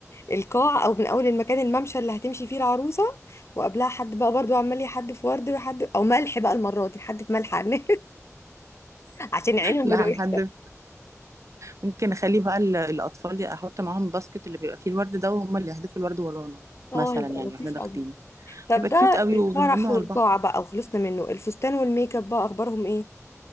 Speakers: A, on the left; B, on the right.
A: القاع أو من أول المكان الممشى اللي هتمشي فيه العروسة وقبلها حد بقى برضو عمال يحدف ورد ويحدف أو ملح بقى المرة دي حد في ملح عن- <laughs> عشان عينهم
B: لا
A: الوحشة
B: هنحدد ممكن اخلي بقى ال- الاطفال احط معاهم باسكت اللي بيبقى فيه الورد ده وهم اللي يحدفوا الورد ورانا
A: اه
B: مثلا
A: هيبقى
B: يعني
A: لطيف
B: واحنا داخلين
A: قوي طب
B: هيبقى
A: ده
B: كيوت قوي
A: الفرح
B: وبما انه
A: والقاع
B: على البحر
A: بقى وخلصنا منه الفستان والميك اب بقى أخبارهم إيه؟